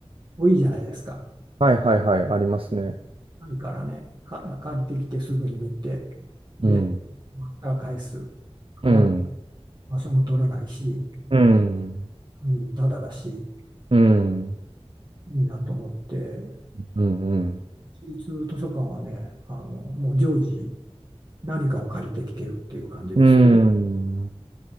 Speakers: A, on the right (about 40°); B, on the right (about 60°).
A: 多いじゃないですか。
B: はいはいはい、ありますね。
A: ないからね、か借りてきてすぐに見て、で、
B: うん、
A: 終わったら返すから、
B: うん、
A: 場所も取らないし、
B: うん、
A: 管理タダだし、
B: うん、うん
A: いいなと思って、
B: うん、
A: 私立図書館はね、あの、もう常時何かを借りてきているっていう感じです。
B: うん。